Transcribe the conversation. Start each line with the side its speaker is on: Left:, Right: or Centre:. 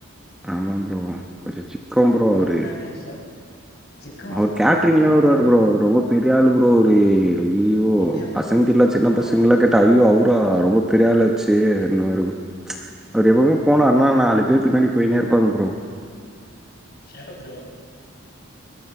Centre: ஆமாம் ப்ரோ கொஞ்சோ சிக்கம் ப்ரோ
Left: அப்டின்னானு
Centre: அவுரு
Left: சொ சிக்கமா
Centre: அவர்
Left: ப்ரோ
Centre: கேட்டரிங்லா
Left: அப்டின்னா
Centre: வருவாரு
Left: புரியல
Centre: ப்ரோ அவர் ரொம்ப பெரியாளு ப்ரோ அவரு ஐய்யய்யோ
Left: அப்டியா ப்ரோ
Centre: பசங்கிட்டலா சின்ன
Left: ஆ
Centre: பசங்லா கெட் ஐயோ அவரா ரொம்ப பெரியாளாச்சு அந் மாரி அவர் எப்பவுமே போனாருனா நாளு பேரு பின்னாடி போயின்னே இருப்பாங்க ப்ரோ
Left: ஏன் ப்ரோ